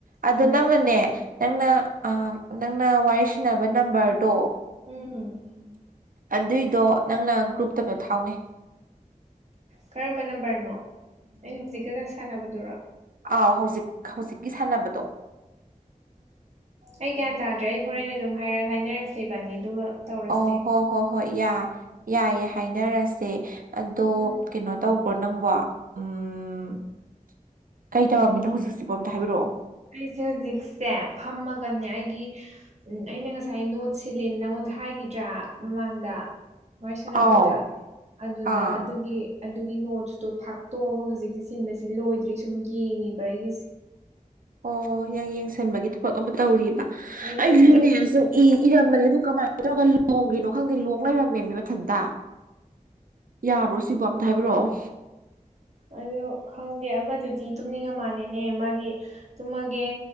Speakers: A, on the right (about 75°); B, on the right (about 50°).
A: ꯑꯗꯣ
B: ꯎꯝ
A: ꯅꯪꯅꯅꯦ ꯅꯪꯅ
B: ꯎꯝ
A: ꯅꯪꯅ ꯋꯥꯔꯤ ꯁꯅꯕ ꯅꯝꯕꯔꯗꯣ
B: ꯎꯝ
A: ꯑꯗꯨꯏꯗꯣ ꯅꯪꯅ ꯒ꯭ꯔꯨꯞꯇꯕꯣ ꯊꯥꯎꯅꯦ
B: ꯀꯔꯝꯕ ꯅꯝꯕꯔꯅꯣ ꯑꯩꯅ ꯍꯧꯖꯤꯛꯀꯗ ꯁꯥꯟꯅꯕꯗꯨꯔꯣ
A: ꯑꯥꯎ ꯍꯧꯖꯤꯛ ꯍꯧꯖꯤꯛꯀꯤ ꯁꯥꯟꯅꯕꯗꯣ
B: ꯑꯩ ꯒ꯭ꯌꯥꯟ ꯇꯥꯗ꯭ꯔꯦ ꯑꯩ ꯍꯣꯔꯦꯟ ꯑꯗꯨꯝ ꯍꯥꯏꯔ ꯍꯥꯏꯅꯔꯁꯦꯕꯥꯅꯤ ꯑꯗꯨꯒ ꯇꯧꯔꯁꯦ
A: ꯑꯣ ꯍꯣ ꯍꯣꯏ ꯍꯣꯏ ꯌꯥ ꯌꯥꯏꯌꯦꯦ ꯍꯥꯏꯅꯔꯁꯦ ꯑꯗꯣ
B: ꯎꯝ
A: ꯀꯩꯅꯣ ꯇꯧꯕ꯭ꯔꯣ ꯅꯪꯕꯣ ꯎꯝ ꯀꯩ ꯇꯧꯔꯝꯃꯤꯅꯣ ꯍꯧꯖꯤꯛꯁꯤꯕꯣ ꯑꯝꯇ ꯍꯥꯏꯕꯤꯔꯛꯑꯣ꯫
B: ꯑꯩꯁꯦ ꯍꯧꯖꯤꯛꯁꯦ ꯐꯝꯃꯒꯅꯦ ꯑꯩꯒꯤ꯫ ꯎꯝ ꯑꯩꯅ ꯉꯁꯥꯏ ꯅꯣꯠ ꯁꯤꯜꯂꯤ ꯅꯪꯉꯣꯟꯗ ꯍꯥꯏꯈꯤꯗ꯭ꯔꯥ ꯃꯃꯥꯡꯗ ꯋꯥꯔꯤ ꯁꯥꯟꯅꯕꯗ
A: ꯑꯥꯎ
B: ꯑꯗꯨꯗ
A: ꯑꯥ
B: ꯑꯗꯨꯒꯤ꯫ ꯑꯗꯨꯒꯤ ꯅꯣꯠꯁꯨꯨꯗꯣ ꯊꯥꯛꯇꯣꯛꯑꯒ ꯍꯧꯖꯤꯛꯁꯦ ꯁꯤꯟꯕꯁ ꯂꯣꯏꯗ꯭ꯔꯤ ꯁꯨꯝ ꯌꯦꯡꯉꯤꯕ ꯑꯩꯒꯤꯁꯦ
A: ꯑꯣ ꯌꯥ ꯌꯦꯡꯁꯟꯕꯒꯤ ꯊꯕꯛ ꯑꯃ ꯇꯧꯔꯤꯕ
B: ꯑꯗꯨ
A: ꯑꯩꯁꯨꯅꯦꯁꯨ
B: ꯅꯪꯗꯤ
A: ꯏꯔꯝꯕꯅꯦ ꯑꯗꯨ ꯀꯃꯥꯏꯅ ꯇꯧꯔꯒ ꯂꯣꯡꯒꯤꯅꯣ ꯈꯪꯗꯦ ꯂꯣꯡ ꯂꯩꯔꯝꯃꯦꯃꯤ ꯃꯊꯟꯇ ꯌꯥꯕ꯭ꯔꯣ ꯁꯤꯕꯨ ꯑꯝꯇ ꯍꯥꯏꯕꯤꯔꯛꯑꯣ
B: ꯑꯗꯨ ꯈꯪꯗꯦ ꯑꯃꯗꯨꯗꯤ ꯇꯨꯝꯅꯤꯡꯉ ꯃꯥꯟꯅꯤꯅꯦ ꯃꯥꯗꯤ ꯇꯨꯝꯃꯒꯦ